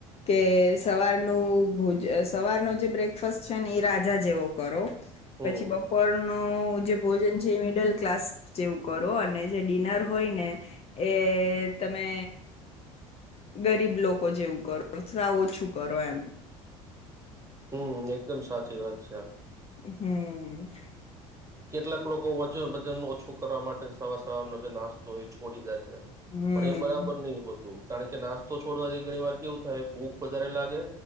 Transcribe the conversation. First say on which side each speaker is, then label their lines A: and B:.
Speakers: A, on the left; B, on the right.
A: કે સવારનું ભોજ સવારનો જે બ્રેકફાસ છે ને એ રાજા જેવો કરો
B: હમ
A: પછી બપોરનું જે ભોજન છે એ મિડલ ક્લાસ એવું કરો અને જે ડિનર હોય ને એ તમે ગરીબ લોકો જેવું કરો તથા ઓછું કરો એમ.
B: હમ્મ એકદમ સાચી વાત છે.
A: હમ્મ
B: કેટલાક લોકો વચન બચન છોકરાઓ માટે સવાર સવારનો જે નાસ્તો એ છોડી દે છે.
A: હમ
B: પણ એ બરાબર નીહ હોતુ કારણ કે નાસ્તો છોડવાથી ઘણી વાર કેવું થાય ભૂખ વધારે લાગે